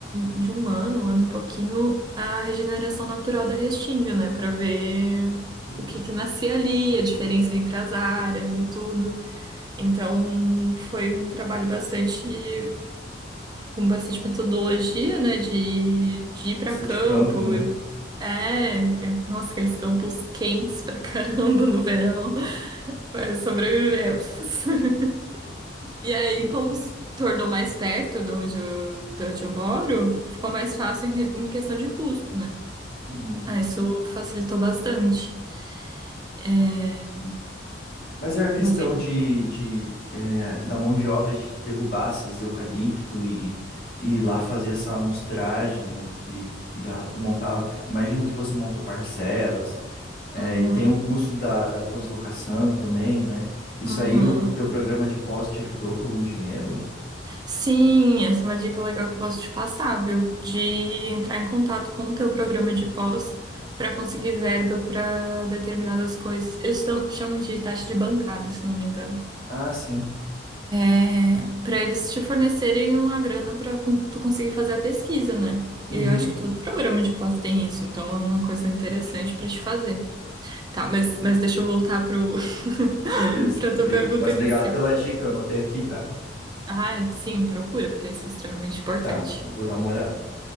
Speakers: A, on the right; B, on the left.
A: de um ano, um ano e pouquinho, a regeneração natural da restinga, né? Pra ver
B: Hum.
A: o que que nascia ali, a diferença entre as áreas e tudo. Então foi um trabalho bastante com bastante metodologia, né, de, de ir para
B: Bastante
A: campo.
B: campo, né?
A: É, é, nossa, aqueles campos quentes pra <laughs> caramba no verão, mas sobrevivemos. <laughs> E aí,
B: E-
A: como se tornou mais perto de onde eu, de onde eu moro, ficou mais fácil em, re- em questão de custo, né?
B: uhum.
A: Ah, isso facilitou bastante. É,
B: Mas é a questão
A: mas, hein,
B: de, de é, da mão de obra de derrubar essas eucalipto e, e ir lá fazer essa amostragem e, e, a- e montar. Imagino que você montou parcelas, é,
A: uhum,
B: e tem o custo da, da translocação também, né? Isso
A: uhum.
B: aí, o teu programa de pós te ajudou com algum dinheiro?
A: Sim, essa é uma dica legal que eu posso te passar, viu? De entrar em contato com o teu programa de pós para conseguir verba para determinadas coisas. Eles estão, chamam de taxa de bancada, se não me engano.
B: Ah, sim.
A: É, para eles te fornecerem uma grana para tu conseguir fazer a pesquisa, né?
B: Uhum.
A: E eu acho que todo programa de pós tem isso, então é uma coisa interessante para te fazer. Tá, mas, mas deixa eu voltar pro <laughs>
B: Justo.
A: para tua
B: Bri-
A: pergunta
B: Mas
A: inicial.
B: obrigado pela dica, eu anotei aqui, tá?
A: Ah, é? sim, procura, porque isso é extremamente importante.
B: Tá, eu vou dar uma olhada.